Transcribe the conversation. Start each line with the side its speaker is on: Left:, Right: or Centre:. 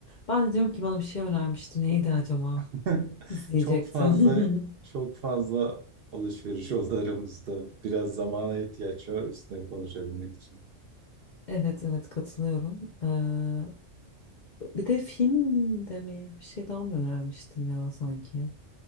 Left: Ben de diyorum ki bana bir şey önermişti. Neydi acaba?
Right: <laughs>
Left: İzleyecektim.
Right: Çok fazla çok
Left: <laughs>
Right: fazla alışveriş oldu aramızda. Biraz zamana ihtiyaç var üstüne konuşabilmek için.
Left: Evet, evet katılıyorum. Ee, bir de film de mi? Bir şey daha mı önermiştin ya sanki?